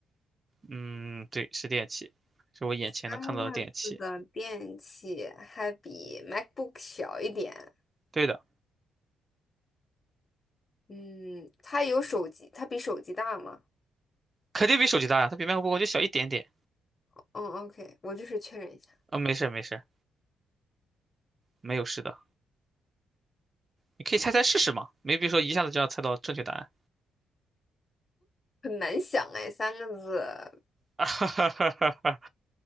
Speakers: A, on the right; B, on the left.
A: 嗯，对，是电器，是我眼前能看到的电器。
B: 三个字的电器还比 MacBook 小一点。
A: 对的，
B: 嗯，它有手机，它比手机大吗？
A: 肯定比手机大呀，它比 MacBook 就小一点点。
B: 嗯，OK，我就是确认一下，
A: 啊、没事儿没事儿没有事的。你可以猜猜试试嘛，没必说一下子就要猜到正确答案。
B: 很难想哎，三个字，
A: <laughs> 哈哈哈哈哈